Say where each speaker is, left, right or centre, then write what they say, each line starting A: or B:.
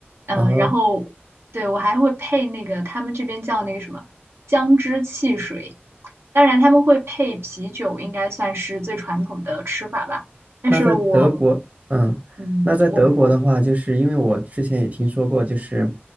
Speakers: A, on the right (about 90°); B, on the right (about 35°).
A: 嗯、
B: 啊，
A: 呃然后对我还会配那个他们这边叫那个什么姜汁汽水，当然他们会配啤酒，应该算是最传统的吃法吧。但是我，
B: 那在德嗯国，嗯，
A: 嗯，
B: 那在德国的话，
A: 我我，
B: 就是因为我之前也听说过，就是